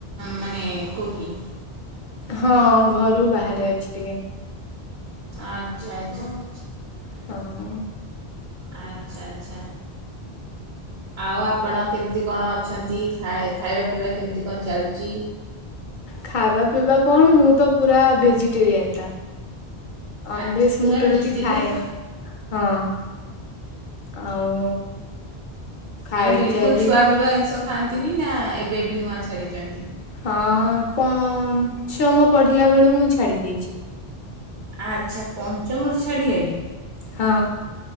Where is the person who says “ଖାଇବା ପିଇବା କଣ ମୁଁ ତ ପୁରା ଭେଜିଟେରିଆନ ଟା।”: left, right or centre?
Left